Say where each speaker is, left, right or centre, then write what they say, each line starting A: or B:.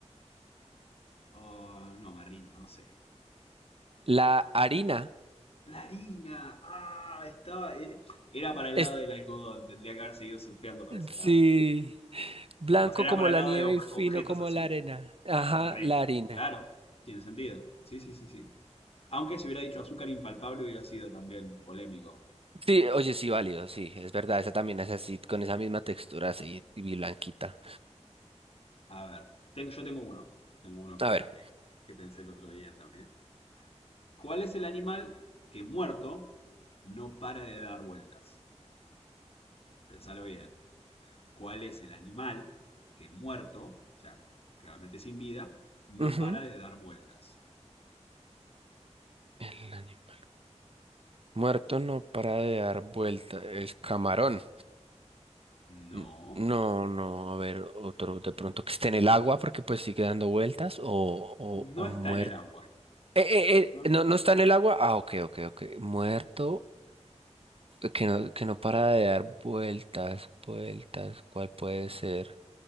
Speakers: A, on the left; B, on the right.
A: o no, me rindo, no sé.
B: La harina
A: La harina, ah, estaba. eh, Era para el
B: es,
A: lado del algodón, tendría que haber seguido surfeando para ese
B: sí,
A: lado.
B: blanco
A: O sea, era
B: como
A: para
B: la
A: el lado
B: nieve
A: de obje-
B: y fino
A: objetos
B: como
A: así.
B: la arena. Ajá,
A: Re,
B: la harina.
A: claro, tiene sentido. Sí, sí, sí, sí. Aunque si hubiera dicho azúcar impalpable hubiera sido también polémico.
B: Sí, oye, sí, válido, sí, es verdad, esa también es así, con esa misma textura así, y blanquita.
A: A ver, ten- yo tengo uno. Tengo uno que,
B: A ver.
A: que, que pensé el otro día también. ¿Cuál es el animal que muerto no para de dar vueltas? Pensalo bien. cuál es el animal que muerto, o sea, claramente sin vida, no
B: Ujú.
A: para de dar vueltas.
B: El anime. Muerto no para de dar vuelta. El camarón.
A: No,
B: N- No, no, a ver, otro de pronto que esté en el agua porque pues sigue dando vueltas o, o,
A: no
B: o
A: está
B: muerto.
A: en el agua.
B: Eh, eh,
A: No-
B: eh, no, no está en el agua. Ah, ok, ok, ok. Muerto eh, que no, que no para de dar vueltas, vueltas. ¿Cuál puede ser?